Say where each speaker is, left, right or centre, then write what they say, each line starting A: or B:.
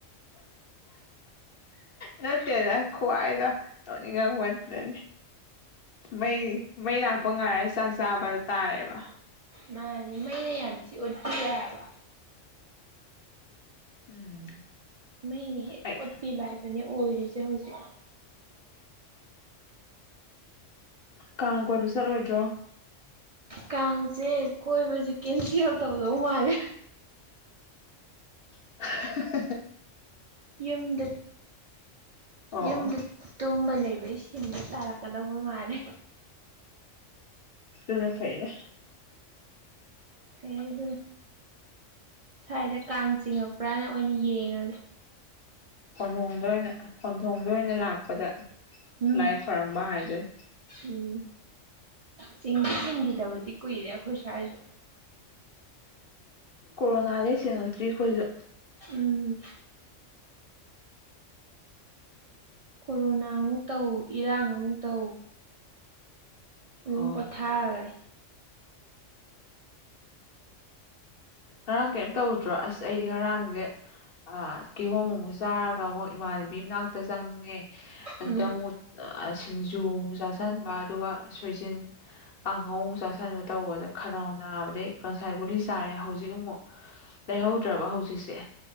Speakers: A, on the left; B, on the right.
A: ꯅꯠꯇꯦꯗ ꯈꯨꯍꯥꯏꯗꯣ ꯅꯣꯛꯅꯤꯡꯉꯛꯄ꯫ ꯃꯩ ꯃꯩ ꯂꯥꯛꯄ ꯉꯥꯏꯔ ꯆꯥꯛ ꯆꯥꯕꯗ ꯇꯥꯔꯦꯕ꯫
B: ꯃꯥꯅꯦ ꯃꯩꯅ ꯌꯥꯝ ꯊꯤ ꯑꯣꯠꯄꯤꯔꯦ ꯍꯥꯏꯕ꯫
A: ꯎꯝ
B: ꯃꯩꯅ ꯍꯦꯛ
A: ꯑꯩ
B: ꯑꯣꯠꯄꯤꯕ ꯍꯥꯏꯗꯨꯅꯦ ꯑꯣꯏꯔꯤꯁꯦ ꯍꯧꯖꯤꯛ꯫
A: ꯀꯥꯡ ꯀꯣꯏꯕ ꯆꯠꯂꯣꯏꯗ꯭ꯔꯣ?
B: ꯀꯥꯡꯁꯦ ꯀꯣꯏꯕꯁꯦ ꯀꯦꯟꯁꯦꯜ ꯇꯧꯗꯧ ꯃꯥꯜꯂꯦ꯫
A: <unintelligible>
B: ꯌꯨꯝꯗꯤ
A: ꯑꯣ ꯑꯣ
B: ꯌꯨꯝꯗ ꯇꯨꯝꯃ ꯂꯩꯕ ꯁꯤꯟꯗꯗ ꯇꯥꯔꯛꯀꯗꯧꯕ ꯃꯥꯜꯂꯦ꯫
A: ꯑꯗꯨꯅ ꯐꯩꯗ꯫
B: ꯐꯩ ꯑꯗꯨꯅ ꯁ꯭ꯋꯥꯏꯗ ꯀꯥꯡ ꯆꯤꯡꯉꯛꯄ꯭ꯔꯅ ꯑꯣꯏꯅ ꯌꯦꯡꯉꯒꯦ꯫
A: ꯈꯣꯟꯊꯣꯡꯗ ꯑꯣꯏꯅ ꯈꯣꯟꯊꯣꯡꯗ ꯑꯣꯏꯅ ꯂꯥꯛꯄꯗ
B: ꯎꯝ
A: ꯂꯥꯏ ꯈꯣꯏꯔꯝꯕ ꯍꯥꯏꯗꯨꯅꯤ꯫
B: ꯎꯝ ꯆꯤꯡ ꯆꯤꯡꯈꯤꯗꯕꯗꯤ ꯀꯨꯏꯔꯦ ꯑꯩꯈꯣꯏ ꯁ꯭ꯋꯥꯏꯁꯨ꯫
A: ꯀꯣꯔꯣꯅꯥꯗꯩ ꯆꯉꯛꯇ꯭ꯔꯤ ꯑꯩꯈꯣꯏꯁꯨ꯫
B: ꯎꯝ ꯀꯣꯔꯣꯅꯥ ꯑꯃꯨꯛ ꯇꯧ, ꯏꯔꯥꯡ ꯑꯃꯨꯛ ꯇꯧ꯫ ꯑꯗꯨꯝ
A: ꯑꯣ
B: ꯄꯣꯊꯥꯈꯔꯦ꯫
A: ꯉꯔꯥꯡ ꯀꯔꯤꯝ ꯇꯧꯗ꯭ꯔꯣ? ꯑꯁ ꯑꯩꯗꯤ ꯉꯔꯥꯡꯁꯦ, ꯑꯥ ꯀꯤꯍꯣꯝ ꯑꯃꯨꯛ ꯆꯥꯔꯒ ꯑꯃꯨꯛ ꯏꯃꯥꯟꯅꯕꯤ ꯃꯅꯥꯛꯇ ꯆꯪꯉꯦ ꯑꯗꯨꯗ
B: ꯎꯝ
A: ꯑꯃꯨꯛ ꯁꯤꯡꯖꯨ ꯑꯃꯨꯛ ꯆꯥꯁꯤꯟꯕ ꯑꯗꯨꯒ ꯁꯣꯏꯖꯤꯟ ꯀꯥꯡꯉꯧ ꯃꯨꯛ ꯆꯥꯁꯟꯕ ꯇꯧꯕꯗ ꯈꯅꯥꯎ ꯅꯥꯕꯗꯩ ꯀꯥꯡꯁꯥꯏ ꯒꯨꯂꯤ ꯆꯥꯔꯦ ꯍꯧꯖꯤꯛ ꯍꯧꯖꯤꯛ ꯑꯃꯨꯛ ꯂꯩꯍꯧꯗ꯭ꯔꯕ ꯍꯧꯖꯤꯛꯁꯦ꯫